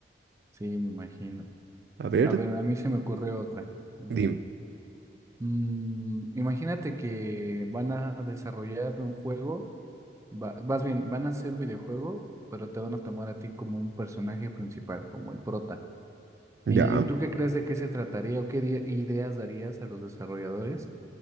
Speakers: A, on the right; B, on the right.
A: Sí, me imagino.
B: A ver.
A: A ver, a mí se me ocurre otra. ¿no?
B: Dime.
A: Mm, imagínate que van a desarrollar un juego, va- más bien, van a hacer un videojuego, pero te van a tomar a ti como un personaje principal, como el prota.
B: Ya.
A: ¿Y tú qué crees de qué se trataría o qué di- ideas darías a los desarrolladores?